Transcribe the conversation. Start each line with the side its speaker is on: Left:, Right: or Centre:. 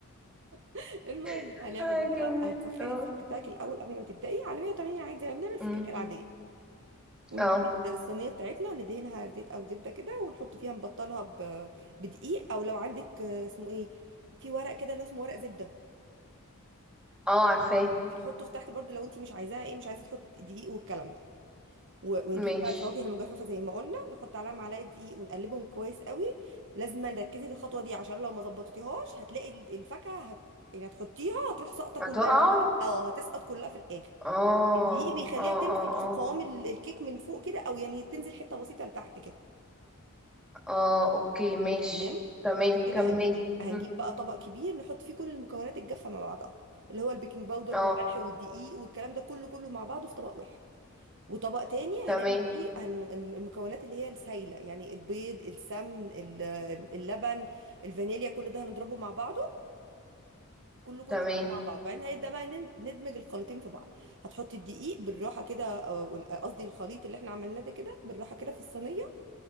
Right: <laughs> المهم
Centre: <laughs>
Right: هنعمل
Centre: آه،
Right: ايه بقى
Centre: كملي
Right: هتسخني
Centre: اه
Right: الفرن بتاعك الاول قبل ما تبدأي على 180 عادي زي ما بنعمل في
Centre: أمم.
Right: الكيكة العادية ونجيب
Centre: اه
Right: الصينية بتاعتنا ندهنها زيت أو زبدة كده ونحط فيها نبطنها ب- بدقيق أو لو عندك آه، اسمه إيه في ورق كده اللي هو اسمه ورق زبدة
Centre: اه عارفاه
Right: بنحطه في تحت برضو لو انت مش عايزاها ايه مش عايزه تحط دقيق والكلام ده و- ونجيب
Centre: ماشي
Right: بقى الفواكه المجففه زي ما قلنا نحط عليها معلقه دقيق ونقلبهم كويس قوي لازم نركزي في الخطوه دي عشان لو ما ظبطتيهاش هتلاقي ال- الفاكهه هت... يعني هتحطيها هتروح ساقطه
Centre: هتقع
Right: كلها نازلة-
Centre: اه
Right: اه هتسقط كلها في الاخر
Centre: اه
Right: الدقيق بيخليها
Centre: اه
Right: تمسك في
Centre: اه
Right: قوام ال- الكيك من فوق كده او يعني تنزل حته بسيطه لتحت كده
Centre: اه اوكي ماشي
Right: تمام
Centre: تمام
Right: بعد كده
Centre: كملي
Right: هنجيب هنجيب
Centre: أمم.
Right: بقى طبق كبير نحط فيه كل المكونات الجافه مع بعضها اللي هو البيكنج باودر
Centre: اه
Right: والملح والدقيق والكلام ده كله كله مع بعضه في طبق واحد وطبق تاني
Centre: تمام
Right: هنعمل فيه هن... المكونات اللي هي السايلة يعني البيض السمن ال- اللبن الفانيليا كل ده هنضربه مع بعضه كله كله
Centre: تمام
Right: كله مع بعضه وبعدين هنبدأ بقى نن- ندمج الخليطين في بعض هتحطي الدقيق بالراحة كده أو ال- قصدي الخليط اللي احنا عملناه ده كده بالراحة كده في الصينية